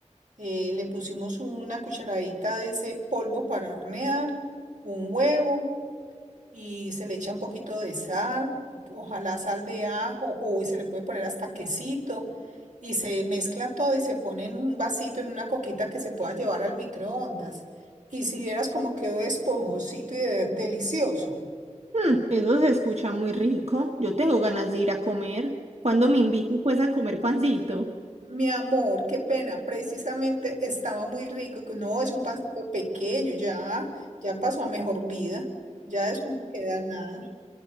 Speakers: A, on the right (about 85°); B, on the right (about 60°).
A: eh, le pusimos una cucharadita de ese polvo para hornear, un huevo y se le echa un poquito de sal, ojalá sal de ajo o se le puede poner hasta quesito y se mezcla todo y se pone en un vasito, en una coquita que se pueda llevar al microondas. Y si vieras cómo quedó esponjosito y de- delicioso.
B: Mm, eso se escucha muy rico. Yo tengo ganas de ir a comer. ¿Cuándo me invito pues a comer pancito?
A: Mi amor, qué pena, precisamente estaba muy rico y que no, es un pancito pequeño, ya, ya pasó a mejor vida, ya de eso no queda nada.